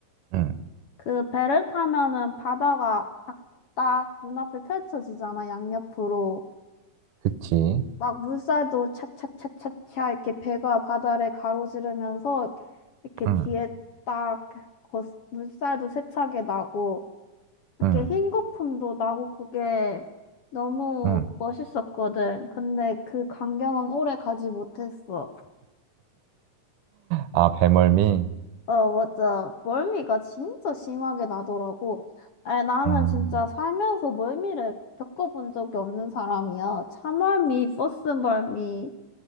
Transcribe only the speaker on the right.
응,
그치.
응,
응,
응.
아, 배멀미?
음,